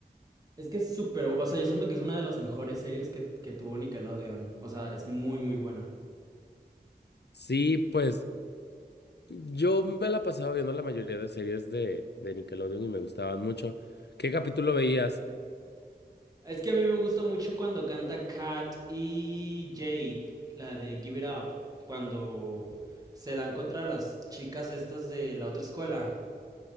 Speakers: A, on the right (about 20°); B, on the left (about 80°).
A: Es que es súper, bu- o sea, yo siento que es una de las mejores series que, que tuvo Nickelodeon. O sea, es muy, muy buena.
B: Sí, pues yo me la pasaba viendo la mayoría de series de, de Nickelodeon y me gustaban mucho. ¿Qué capítulo veías?
A: Es que a mí me gusta mucho cuando canta Kat y Jade, la de Give It Up, cuando se dan contra las chicas estas de la otra escuela.